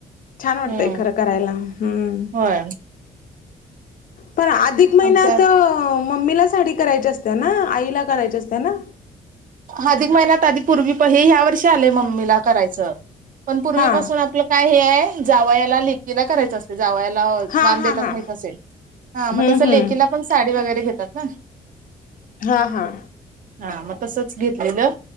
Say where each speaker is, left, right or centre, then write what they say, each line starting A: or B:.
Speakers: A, on the left; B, on the right.
A: छान वाटतंय
B: हम्म
A: खरं करायला हम्
B: होय
A: पण आ अधिक महिन्यात
B: आमच्या
A: मम्मीला साडी करायची असते ना आईला करायची असत्या ना
B: अधिक महिन्यात आधी पूर्वी हे ह्या वर्षी आले मम्मीला करायचं पण पूर्वीपासून
A: हा
B: आप आपलं काय हे हाय जावयाला लेक लेकीला करायच असतंय जावायला
A: हा
B: वाण
A: हा
B: देतात
A: हा
B: माहित असेल... हा
A: हम्म
B: मग तसं
A: हम्म
B: लेकीला पण साडी वगैरे घेतात ना
A: हां हां
B: हा मग तसच घेतलेलं